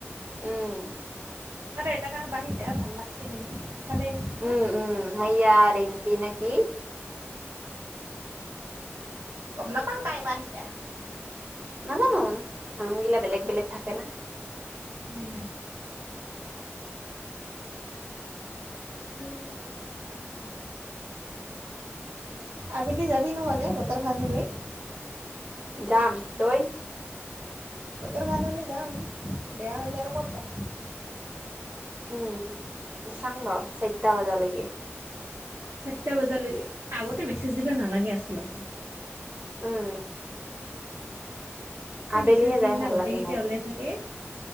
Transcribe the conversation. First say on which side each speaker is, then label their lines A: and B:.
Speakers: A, on the right; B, on the right.
A: উম
B: আৰু এটা কাৰ বাহিতে ভাল লাগছে কিন্তু ভালেই না
A: উম উম সয়াৰ এম্পি নে কি
B: গম নাপাওঁ তাইব এতিয়া।
A: নাজানো নামগিলা বেলেগ বেলেগ থাকে ন
B: উম।
A: উম
B: আবেলি যাবি নহলে বতৰ ভাল হলেই
A: যাম তই
B: বতৰ খানলৈ যাম বেয়া হলে আৰু ক'ত যাম
A: উম চং ৰ চতটা বজালেকে
B: চাৰিটা বজালৈকে আগতে মেছেজ দিব নালাগে আচলতে।
A: উম
B: আগতে
A: আবেলিহে
B: মেছেজ দি
A: যাই
B: সিনা
A: ভাল
B: গোটেইকেইট
A: লাগে মোৰ
B: ওলে থাকে